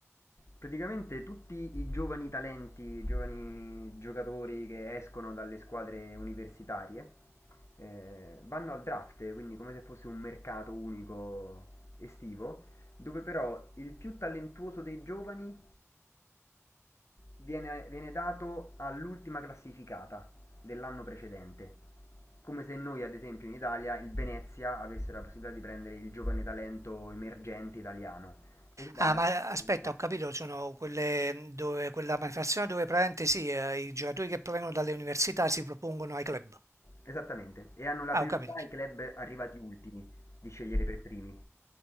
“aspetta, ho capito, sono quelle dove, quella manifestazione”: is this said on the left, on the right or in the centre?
Right